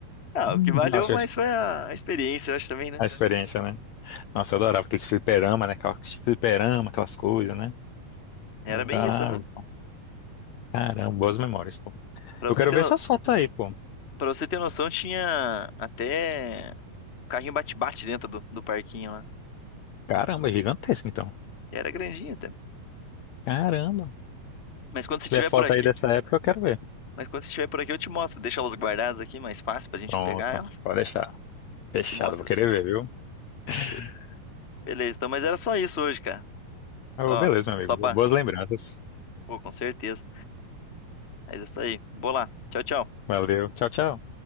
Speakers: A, on the left; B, on the left.
A: Ah, o
B: Hum.
A: que valeu,
B: Nossa,
A: mas
B: acho que
A: foi a a experiência, eu acho também, né?
B: a experiência, né? Nossa, eu adorava aqueles fliperama, né? Aquelas fliperama, aquelas coisas, né?
A: Era
B: Adorava.
A: bem isso, aham.
B: Caramba, boas memórias, pô.
A: Pra
B: Eu
A: você
B: quero
A: ter
B: ver
A: no...
B: essas fotos aí, pô.
A: pra você ter noção, tinha até carrinho bate-bate dentro do, do parquinho lá.
B: Caramba, é gigantesco, então.
A: E era grandinho até.
B: Caramba.
A: Mas quando
B: Se tiver
A: você estiver
B: foto
A: por aqui,
B: aí dessa época, eu quero ver.
A: mas quando você estiver por aqui, eu te mostro. Deixa elas guardadas aqui, mais fácil pra gente
B: Pronto,
A: pegar elas.
B: pode deixar. Fechado,
A: Eu te mostro
B: vou querer
A: sim.
B: ver, viu? <laughs>
A: Be- Beleza, então, mas era só isso hoje, cara.
B: Oh,
A: Ó,
B: beleza, meu
A: só
B: amigo.
A: pra.
B: Boas lembranças.
A: Pô, com certeza. Mas é isso aí. Vou lá. Tchau, tchau.
B: Valeu. Tchau, tchau.